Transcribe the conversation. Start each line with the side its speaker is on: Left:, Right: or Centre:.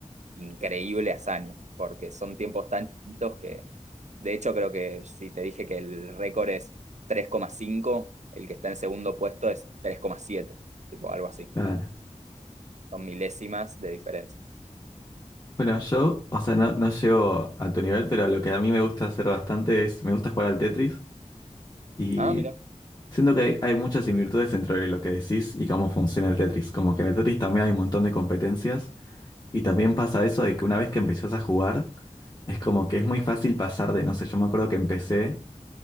Right: increíble hazaña, porque son tiempos tan chiquitos que, de hecho, creo que si te dije que el récord es tres coma cinco el que está en segundo puesto es tres coma siete tipo algo así.
Left: Claro.
Right: Son milésimas de diferencias.
Left: Bueno, yo, o sea, no, no llego a tu nivel, pero lo que a mí me gusta hacer bastante es, me gusta jugar al Tetris. Y
Right: Ah, mira.
Left: siento que hay, hay muchas similitudes entre lo que decís y cómo funciona el Tetris. Como que en el Tetris también hay un montón de competencias y también pasa eso de que una vez que empezás a jugar, es como que es muy fácil pasar de, no sé, yo me acuerdo que empecé,